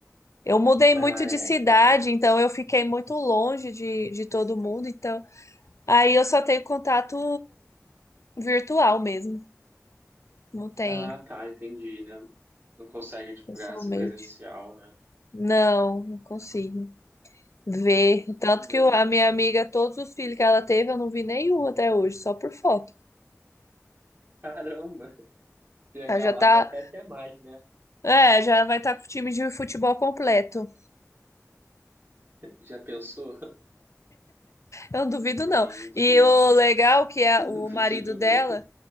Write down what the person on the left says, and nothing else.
Eu mudei
muito de
cidade,
então eu fiquei muito longe de, de todo mundo, então Aí eu só tenho contato virtual mesmo. Não tem
pessoalmente.
Não, não consigo ver. Tanto
que o- a minha amiga, todos os filhos que ela teve, eu não vi nenhum até hoje, só por foto.
Ela já
tá.
É, já vai estar com o time de futebol completo.
Eu não duvido,
não. E o legal que é
o
marido dela,